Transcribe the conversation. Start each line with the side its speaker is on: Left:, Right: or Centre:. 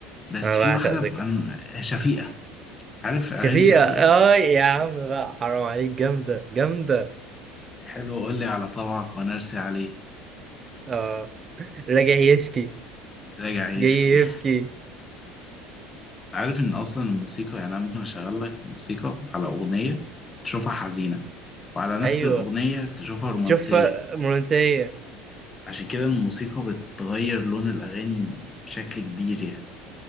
Left: بس
Right: انا
Left: في
Right: بعشق
Left: واحده
Right: ذكرى
Left: ب- انا شفيقه عارف اغاني
Right: شفيقة
Left: شفيقه
Right: اه يا عم بقى حرام عليك جامدة جامدة
Left: حلو قول لي على طبعك ونرسي عليه
Right: اه راجع يشكي
Left: راجع يشكي
Right: جاي يبكي
Left: عارف ان اصلا الموسيقى يعني انا ممكن اشغل لك موسيقى على اغنيه تشوفها حزينه وعلى نفس
Right: ايوه
Left: الاغنيه تشوفها رومانسيه
Right: شوف رومانسية
Left: عشان كده الموسيقى بتغير لون الاغاني بشكل كبير يعني